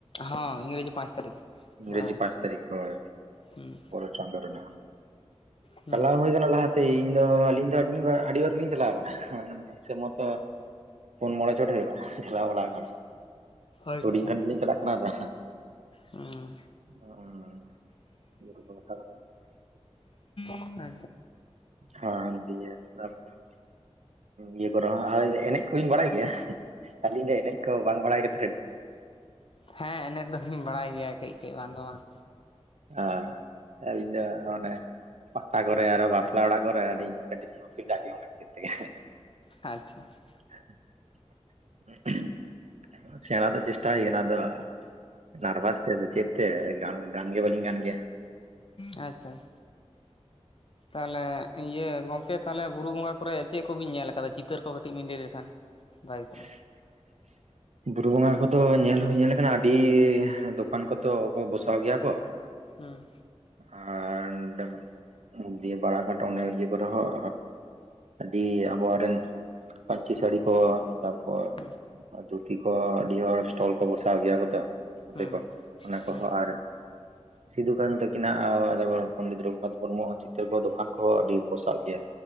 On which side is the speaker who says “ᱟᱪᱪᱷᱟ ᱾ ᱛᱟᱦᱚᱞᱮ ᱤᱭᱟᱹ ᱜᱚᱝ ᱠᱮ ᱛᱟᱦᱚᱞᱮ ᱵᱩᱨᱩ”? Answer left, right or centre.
Left